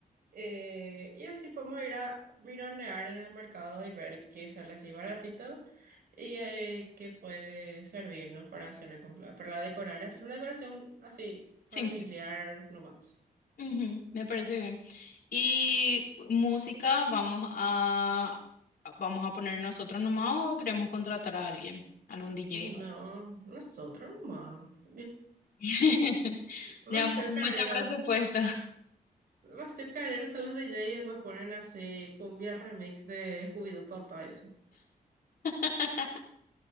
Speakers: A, on the right (about 75°); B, on the left (about 80°).
A: Eh, y así podemos ir a mironear en el mercado y ver qué sale así baratito y eh, qué puede servirnos para hacer el cumplea- para decorar, hacer una decoración así familiar
B: Simple.
A: nomás.
B: Ujú, me parece bien. Y música, vamos a vamos a poner nosotros nomás o queremos contratar a alguien, algún DJ
A: No,
B: o algo.
A: nosotros nomás. <laughs>
B: <laughs>
A: Demasiado
B: Ya mu-
A: carero.
B: mucho presupuesto.
A: Bastard Carrero son los DJ y después ponen así cumbia remix de Scooby-Doo Papá, eso.
B: <laughs>